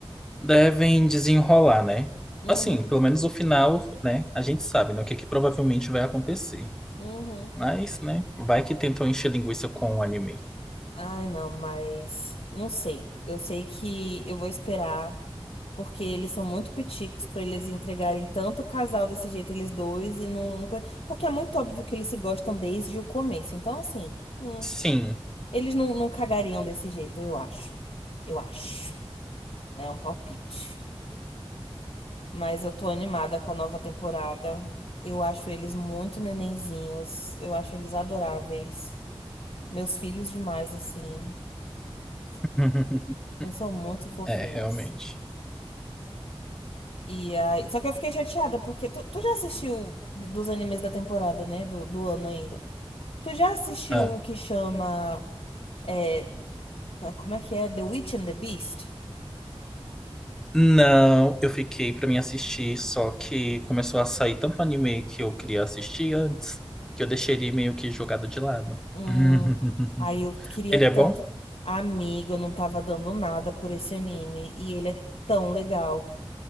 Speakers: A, in the centre; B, on the left (about 85°).
A: devem desenrolar, né?
B: Uhum.
A: Assim, pelo menos o final, né, a gente sabe, né, o que que provavelmente vai acontecer.
B: Uhum.
A: Mas, né, vai que tentam encher linguiça com o anime.
B: Ai, não, mas não sei. Eu sei que eu vou esperar, porque eles são muito piticos pra eles entregarem tanto casal desse jeito, eles dois, e não, não. coi- Porque é muito óbvio que eles se gostam desde o começo. Então, assim, hum,
A: Sim.
B: eles não, não cagariam desse jeito, eu acho. Eu acho. né? É um palpite. Mas eu tô animada com a nova temporada. Eu acho eles muito nenenzinhos. Eu acho eles adoráveis. Meus filhos demais, assim.
A: <laughs>
B: Eles são muito fofinhos.
A: É, realmente.
B: E aí, só que eu fiquei chateada, porque tu, tu já assistiu d- dos animes da temporada, né? Do, do ano ainda. Tu já assistiu
A: Ah.
B: um que chama. É, como é que é? The Witch and the Beast?
A: Não, eu fiquei pra mim assistir, só que começou a sair tanto anime que eu queria assistir antes, que eu deixei ele meio que jogado de lado.
B: Hum,
A: <laughs>
B: aí eu queria
A: Ele
B: tanto.
A: é bom?
B: Amigo, eu não tava dando nada por esse anime. E ele é tão legal.